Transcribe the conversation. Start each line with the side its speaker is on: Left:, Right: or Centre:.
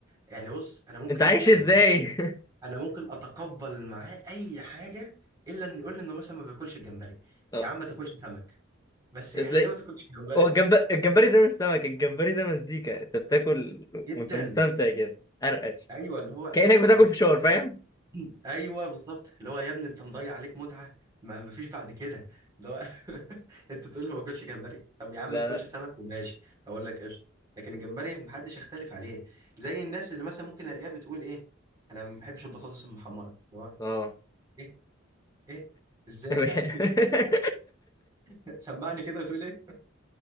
Right: يعني بص انا ممكن
Left: انت عايش
Right: آه، يعني
Left: ازاي
Right: انا ممكن اتقبل معاه اي حاجه الا ان يقول لي انه مثلا ما بياكلش الجمبري
Left: <laughs>
Right: يا عم ما تاكلش سمك بس يعني
Left: اه.
Right: ايه ما تاكلش جمبري
Left: هو الجمب... الجمبري ده مش سمك الجمبري ده مزيكا انت بتاكل
Right: <laughs> جدا
Left: وانت مستمتع كده ارقش
Right: ايوه اللي هو
Left: كأنك بتاكل
Right: انت
Left: فشار فاهم
Right: يا- <clears throat> ايوه بالظبط اللي هو يا ابني انت مضيع عليك متعه ما ما فيش بعد كده اللي هو <laughs> انت تقول لي ما اكلش جمبري طب يا عم
Left: لا
Right: ما تاكلش
Left: لا
Right: سمك وماشي اقول لك قشطه لكن الجمبري محدش يختلف عليه زي الناس اللي مثلا ممكن الاقيها بتقول ايه انا ما بحبش البطاطس المحمره اللي هو
Left: اه
Right: ايه ايه ازاي
Left: <laughs>
Right: يعني <laughs> سمعني كده وتقول ايه